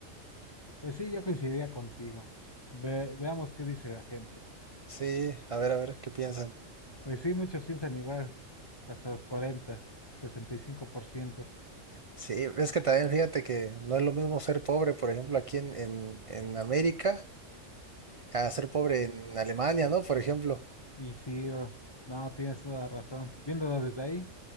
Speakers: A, on the left; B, on the right.
A: pues sí, yo coincidiría contigo. Ve- veamos qué dice la gente.
B: Sí, a ver, a ver, ¿qué piensan?
A: Pues sí, muchos piensan igual, hasta los 40, 65%.
B: Sí, es que también fíjate que no es lo mismo ser pobre, por ejemplo, aquí en, en, en América, a ser pobre en Alemania, ¿no? Por ejemplo.
A: Y cinco por ciento. Y sí, bro, no, tienes toda la razón. Viéndolo desde ahí,